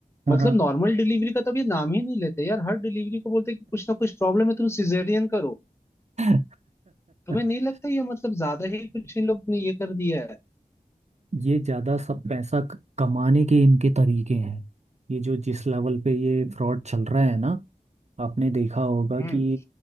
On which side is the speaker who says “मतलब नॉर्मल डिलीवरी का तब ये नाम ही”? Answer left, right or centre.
Left